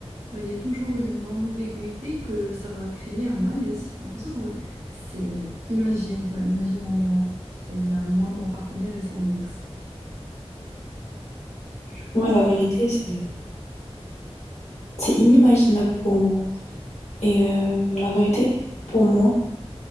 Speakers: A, on the right (about 80°); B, on the left (about 90°).
A: bah, il y a toujours une ambiguïté que ça va créer un malaise. J'ai l'impression que ça va... C'est... euh, imagine, bah, imagine, on est en... Il y a moi, mon partenaire et son ex. Je pense.
B: Moi, la vérité, c'est c'est inimaginable pour moi. Et euh, la vérité, pour moi,